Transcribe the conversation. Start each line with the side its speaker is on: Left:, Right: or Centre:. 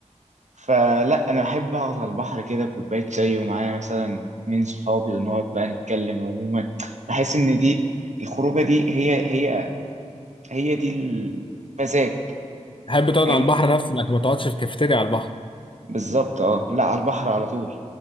Right: فلا انا بحب اقعد على البحر كده كوبايه شاي ومعايا مثلا اتنين صحابي ونقعد بقى نتكلم عموما بحس ان دي الخروجه دي هي هي هي دي المزاج
Left: <laughs> تحب تقعد
Right: فاهمني
Left: على البحر نفسه لكن ما تقعدش في كافيتيريا على البحر
Right: بالظبط اه لا على البحر على طول